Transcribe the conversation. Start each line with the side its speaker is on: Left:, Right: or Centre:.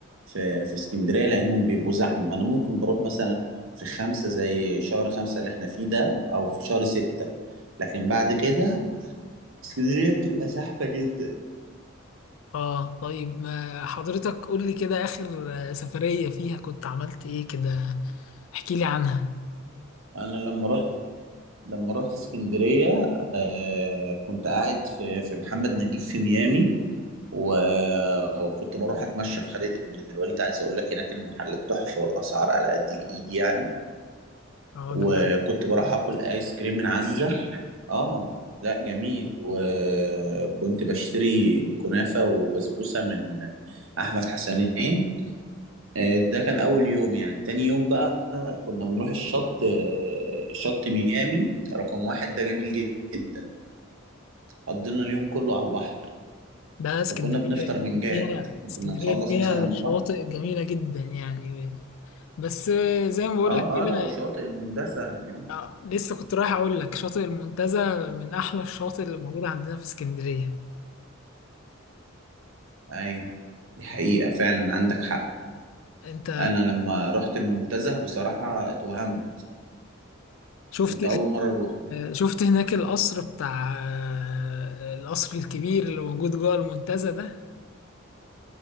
Right: في في اسكندرية لأنهم بيبقوا زحمة أنا ممكن بروح مثلا في خمسة زي شهر خمسة اللي احنا فيه ده أو في شهر ستة لكن بعد كده اسكندرية بتبقى زحمة جدا
Left: اه طيب ما حضرتك قول لي كده اخر آه، سفريه فيها كنت عملت ايه كده احكي لي عنها
Right: أنا لما رحت لما رحت اسكندرية آه كنت قاعد في في محمد نجيب في ميامي و- وكنت بروح أتمشى في خالد بن الوليد عايز أقول لك هناك المحلات تحفة والأسعار على قد الإيد يعني
Left: اه
Right: وكنت
Left: ده فعلا
Right: بروح اكل ايس كريم من عزة اه لا جميل وكنت بشتري كنافة وبسبوسة من احمد حسنين آه، ده كان اول يوم يعني تاني يوم بقى كنا بنروح الشط آه، شط ميامي رقم واحد ده جميل جدا قضينا اليوم كله على البحر
Left: ده اسكندريه
Right: وكنا بنفطر من جاد
Left: فيها
Right: يعني
Left: اسكندريه
Right: كنا نخلص
Left: فيها
Right: مثلا على
Left: شواطئ
Right: البحر
Left: جميله جدا يعني بس آه، زي ما بقول
Right: اه
Left: لك كده
Right: اه لا وشواطئ المندسة يعني
Left: آه، لسه كنت رايح اقول لك شاطئ المنتزه من احلى الشواطئ اللي موجوده عندنا في اسكندريه
Right: ايوه دي حقيقة فعلا عندك حق
Left: انت
Right: انا لما رحت المنتزه بصراحه اتوهمت
Left: شفت
Right: كنت اول مره اروحه
Left: شفت هناك القصر بتاع آه، القصر الكبير اللي موجود جوه المنتزه ده